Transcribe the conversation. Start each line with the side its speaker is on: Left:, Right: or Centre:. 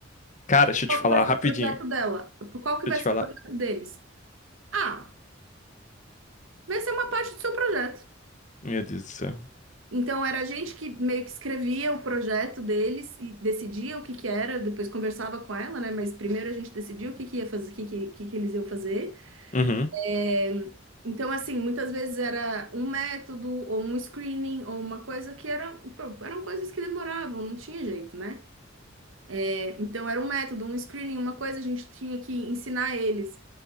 Left: cara, deixa eu
Right: Qual
Left: te falar
Right: que vai ser
Left: rapidinho.
Right: o projeto
Left: Deixa
Right: dela? Qual que
Left: eu
Right: vai
Left: te
Right: ser
Left: falar.
Right: o projeto deles? Ah, vai ser uma parte do seu projeto.
Left: Meu Deus do céu.
Right: Então era a gente que meio que escrevia o projeto deles e decidia o que que era, depois conversava com ela, né? Mas primeiro a gente decidia o que que ia fazer, o que que, o que que eles iam fazer.
Left: Uhum.
Right: É, Então, assim, muitas vezes era um método, ou um screening, ou uma coisa que era, pô, eram coisas que demoravam, não tinha jeito, né? É, então, era um método, um screening, uma coisa, a gente tinha que ensinar eles